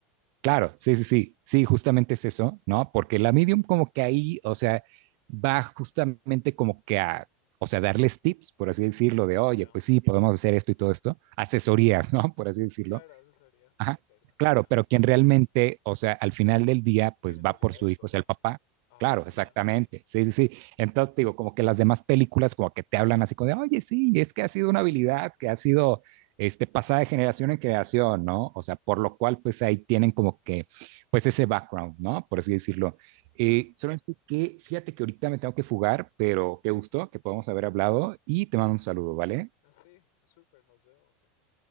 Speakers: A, on the right; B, on the left.
A: claro, sí, sí, sí, sí, justamente es eso, ¿no? Porque la medium como que ahí, o sea, va justamente como que a, o sea, darles tips, por así decirlo, de, oye,
B: ya.
A: pues sí, podemos hacer esto y todo esto, asesorías, ¿no? Por así decirlo
B: Claro, asesoría
A: Ajá,
B: externa,
A: claro,
B: ya.
A: pero quien realmente, o sea, al final del día, pues
B: Tiene la
A: va
B: habilidad
A: por
B: de
A: su
B: su
A: hijo,
B: papá.
A: o sea, el papá.
B: Ah,
A: Claro,
B: ya,
A: exactamente.
B: ya.
A: Sí, sí, sí. Entonces, digo, como que las demás películas como que te hablan así como de, oye, sí, es que ha sido una habilidad que ha sido este, pasada de generación en generación, ¿no? O sea, por lo cual, pues ahí tienen como que, pues ese background, ¿no? Por así decirlo. Eh,
B: Ya.
A: solamente que, fíjate que ahorita me tengo que fugar, pero qué gusto que podamos haber hablado y te mando un saludo, ¿vale?
B: Así, súper, nos vemos, men.